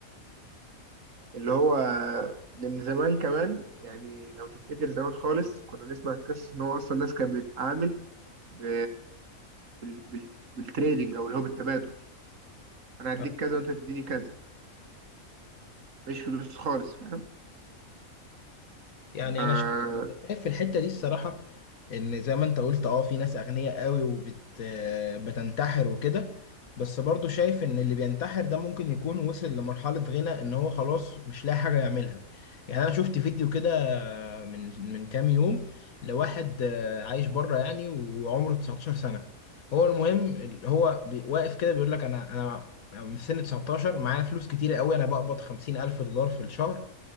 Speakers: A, on the right (about 65°); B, on the left (about 80°).
A: اللي هو لأن زمان كمان يعني لو تفتكر زمان خالص كنا نسمع القصص إن هو أصلا الناس كانت بتتعامل ب... بال... بال... بالتريدنج أو اللي هو بالتبادل أنا هديك
B: آه.
A: كذا وأنت تديني كذا مش فلوس خالص فاهم
B: يعني
A: آه
B: انا شا- شايف في الحته دي الصراحه ان زي ما انت قلت اه في ناس اغنياء قوي وبت آه، بتنتحر وكده بس برضو شايف ان اللي بينتحر ده ممكن يكون وصل لمرحلة غنى ان هو خلاص مش لاقي حاجة يعملها يعني انا شفت فيديو كده من من كام يوم لواحد آه، عايش بره يعني وعمره 19 سنة هو المهم ال- هو بي- واقف كده بيقول لك انا انا من سن 19 معايا فلوس كتيرة قوي انا بقبض 50 الف دولار في الشهر